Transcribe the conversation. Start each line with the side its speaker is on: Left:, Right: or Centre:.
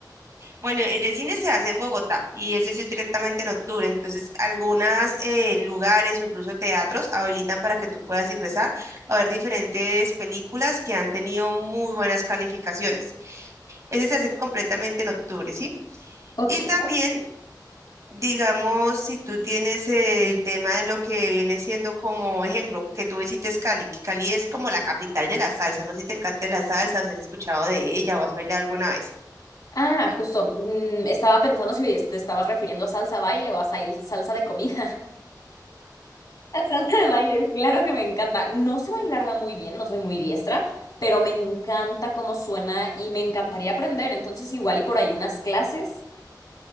Right: Bueno, el de cine se hace en Bogotá y ese sí es directamente en octubre. Entonces, algunos lugares o incluso teatros habilitan para que tú puedas ingresar a ver diferentes películas que han tenido muy buenas calificaciones. Ese se hace completamente en octubre, ¿sí?
Left: Ok.
Right: Y también, digamos, si tú tienes eh, el tema de lo que viene siendo como ejemplo, que tú visites Cali, que Cali es como la capital de la salsa, no sé si te encanta la salsa, o si has escuchado de ella o has bailado alguna vez.
Left: Ah, justo. mm, estaba pensando si te estabas refiriendo a salsa baile o a sal- salsa de comida. La salsa de baile, claro que me encanta. No sé bailarla muy bien, no soy muy diestra, pero me encanta cómo suena y me encantaría aprender. Entonces, igual y por ahí unas clases.